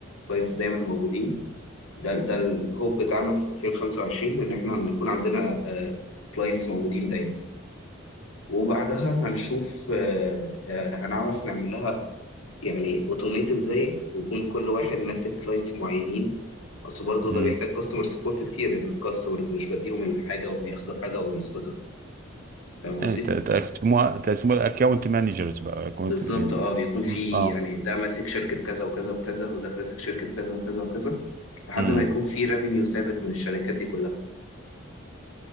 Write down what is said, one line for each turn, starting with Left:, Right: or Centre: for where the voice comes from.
Left: كلاينتس دايما موجودين ده ده الهوب بتاعنا في 2025 ان احنا يكون عندنا كلاينتس موجودين دايما وبعدها هنشوف آه، آه، هنعرف نعمل لها يعني اوتوميت ازاي ويكون كل واحد ماسك كلاينتس معينين اصل برضه
Right: امم
Left: ده بيحتاج كاستمر سبورت كتير الكاستمرز مش بديهم الحاجه وبياخدوا الحاجه ويسكتوا فاهم قصدي
Right: يعني ت- تقسموها تقسموها الاكونت مانجرز بقى اكونت
Left: بالظبط
Right: يعني
Left: اه بيكون في
Right: مم. اه
Left: يعني ده ماسك شركه كذا وكذا وكذا وده ماسك شركه كذا وكذا وكذا لحد
Right: امم
Left: ما يكون في ريفينيو ثابت من الشركات دي كلها